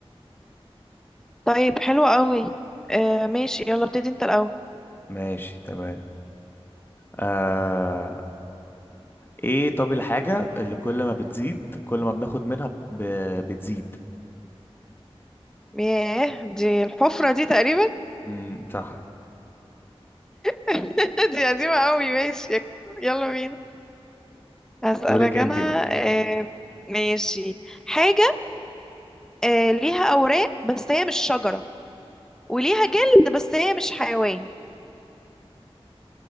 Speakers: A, in the centre; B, on the left (about 20°).
A: طيب حلو قوي آه ماشي يلا ابتدي انت الاول
B: ماشي تمام آه... ايه طب الحاجة اللي كل ما بتزيد كل ما بناخد منها ب... بتزيد
A: ياه دي الحفرة دي تقريبا
B: امم صح
A: <laughs> دي قديمة قوي ماشي يلا بينا هسألك
B: دورك انت
A: انا
B: بقى
A: آه ماشي حاجة آه ليها اوراق بس هي مش شجرة وليها جلد بس هي مش حيوان